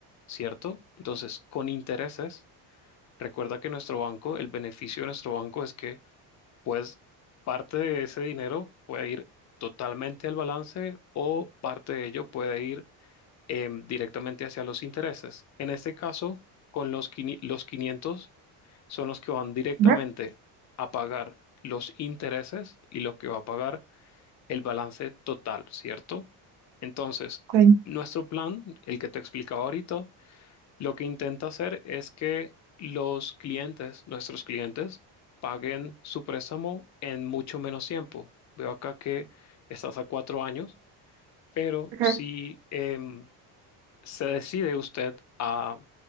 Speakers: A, on the left (about 45°); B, on the right (about 65°).
A: ¿cierto? Entonces, con intereses, recuerda que nuestro banco, el beneficio de nuestro banco es que, pues, parte de ese dinero puede ir totalmente al balance o parte de ello puede ir em, directamente hacia los intereses. En este caso, con los, quini- los 500 son los que van directamente
B: Ujú,
A: a pagar los intereses y lo que va a pagar el balance total, ¿cierto? Entonces,
B: ok,
A: nuestro plan, el que te explicaba ahorita, lo que intenta hacer es que los clientes, nuestros clientes, paguen su préstamo en mucho menos tiempo. Veo acá que estás a cuatro años, pero
B: ujú,
A: si em, se decide usted a